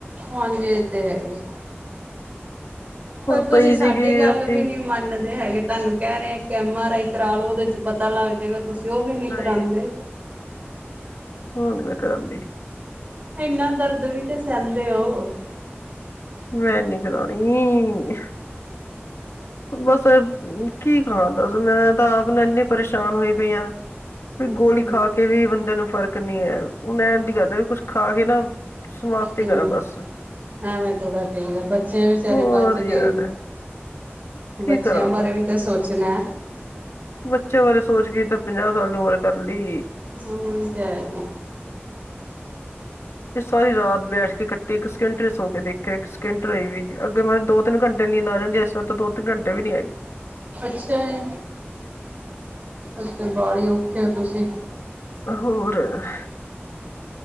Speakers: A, on the right (about 35°); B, on the left (about 90°).
A: ਹਾਂਜੀ ਏ ਤੇ ਹੈ ਈ। ਫੇਰ
B: ਹੁਣ
A: ਤੁਸੀ
B: ਪਈ
A: ਸਾਡੀ
B: ਸੀਗੀ
A: ਗੱਲ
B: ਰਾਤੀ
A: ਵੀ ਨੀ ਮੰਨਦੇ ਹੈਗੇ। ਤੁਹਾਨੂੰ ਕਹਿ ਰਹੇ ਆ ਕੇ ਐਮ ਆ ਰਾਈ ਕਰਾ ਲਓ ਉਹਦੇ ਚ ਪਤਾ ਲੱਗ ਜੇਗਾ ਤੁਸੀਂ ਓਵੀ ਨੀ
B: ਨਹੀਂ
A: ਕਰਾਂਦੇ।
B: ਹੁਣ ਨੀ ਮੈਂ ਕਰਾਂਦੀ।
A: ਐਨਾ ਦਰਦ ਵੀ ਤੇ ਸਹਿੰਦੇ ਓ।
B: ਮੈਂ ਨੀ ਕਰਾਉਣੀ। ਬਸ ਕੀ ਕਹਾਂ ਦੱਸ ਮੈਂ ਤਾਂ ਆਪ ਨੇ ਇੰਨੀ ਪਰੇਸ਼ਾਨ ਹੋਈ ਪਈ ਆਂ। ਵੀ
A: ਅੱਛਾ
B: ਗੋਲੀ ਖਾ ਕੇ ਵੀ ਬੰਦੇ ਨੂ ਫਰਕ ਨੀ ਐ, ਮੈਂ ਅੱਜ ਕਹਿਤਾ ਵੀ ਕੁਛ ਖਾ ਕੇ ਨਾ ਸਮਾਪਤੀ
A: ਹੂੰ
B: ਕਰਾ ਬਸ।
A: ਐਵੇਂ ਥੋੜਾ ਕਈਦਾ ਬੱਚੇ ਵਿਚਾਰੇ
B: ਹੋਰ
A: ਬੱਚ
B: ਯਾਰ
A: ਗਏ ਨੇ ਬੱਚਿਆਂ
B: ਕੀ ਕਰਾਂ
A: ਬਾਰੇ ਵੀ ਤੇ ਸੋਚਨੈ
B: ਬੱਚਿਆਂ ਬਾਰੇ ਸੋਚ ਕੇ ਤਾਂ ਪੰਜ੍ਹਾਹ ਸਾਲ ਦੀ ਉਮਰ ਕਰ ਲੀ।
A: ਹਾਂ ਏ ਤਾਂ ਹੈ ਜੀ
B: ਸਾਰੀ ਰਾਤ ਬੈਠ ਕੇ ਕੱਟੀ ਇਕ ਸਕਿੰਟ ਨੀ ਸੋ ਕੇ ਦੇਖ ਇਕ ਸਕਿੰਟ ਲਈ ਵੀ, ਅੱਗੇ ਮੈਨੂੰ ਦੋ ਤਿੰਨ ਘੰਟੇ ਨੀਂਦ ਆ ਜਾਂਦੀ ਏ ਏਸ ਵਾਰ ਤੇ ਦੋ ਤਿਨ ਘੰਟੇ ਵੀ ਨੀ ਆਈ।
A: ਅੱਛਾ ਈ, ਤੇ ਬਾਲੇ ਔਖੇ ਓ ਤੁਸੀਂ।
B: <unintelligible> <unintelligible>